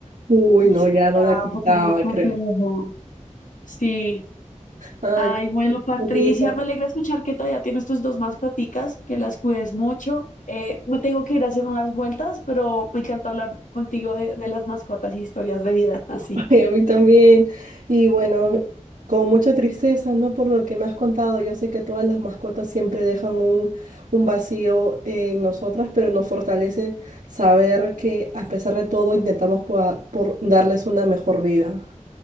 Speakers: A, on the right (about 80°); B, on the left (about 80°).
A: Uy,
B: Ya,
A: no, ya no la cuidaba,
B: un poco más complejo.
A: creo.
B: Sí.
A: Ay,
B: Ay, bueno, Patricia,
A: pues, mi hijo.
B: me alegra escuchar que todavía tienes tus dos mascoticas, que las cuides mucho. Eh, me tengo que ir a hacer unas vueltas, pero me encanta hablar contigo de, de las mascotas y historias de vida, <laughs> así.
A: Y a mí también. Y bueno, con mucha tristeza, ¿no? Por lo que me has contado, yo sé que todas las mascotas siempre dejan un, un vacío en nosotras, pero nos fortalece saber que a pesar de todo intentamos por, por darles una mejor vida.